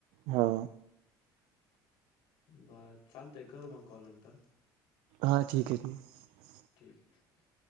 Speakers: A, on the right (about 85°); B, on the left (about 75°).
A: हो.
B: बर चालतय करू मग कॉल नंतर.
A: हां ठीक आहे ठीक आहे.
B: ठीक आहे.